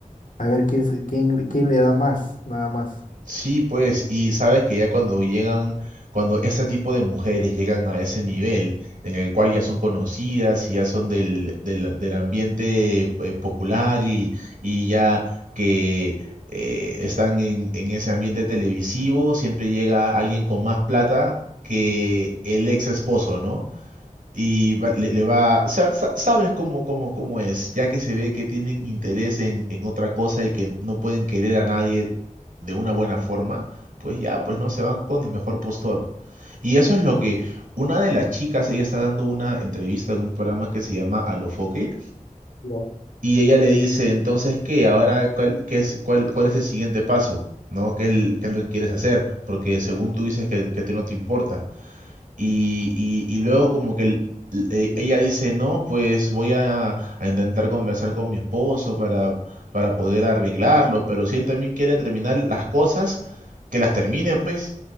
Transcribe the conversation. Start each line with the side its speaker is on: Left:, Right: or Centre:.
Left: a ver quién, se- quién, quién le da más, nada más,
Right: Sí, pues, y sabes que ya cuando llegan, cuando este tipo de mujeres llegan a ese nivel en el cual ya son conocidas y ya son del, del, del ambiente eh, popular y, y ya que eh, están en, en ese ambiente televisivo, siempre llega alguien con más plata que el ex esposo, ¿no? Y va- le, le va, o sea, sa- sabes cómo, cómo, cómo es, ya que se ve que tienen interés en, en otra cosa y que no pueden querer a nadie de una buena forma, pues ya, pues no, se van con el mejor postor. Y eso es lo que una de las chicas, ella está dando una entrevista en un programa que se llama Alofoque,
Left: Ya.
Right: y ella le dice, entonces, ¿qué? Ahora, ¿cuál, qué es, cuál, cuál es el siguiente paso? ¿No? ¿Qué es, el- qué es lo que quieres hacer? Porque según tú dices que, que te no te importa. Y, y, y luego como que el- e- ella dice, no, pues voy a, a intentar conversar con mi esposo para, para poder arreglarlo, pero si él también quiere terminar las cosas, que las termine, pues.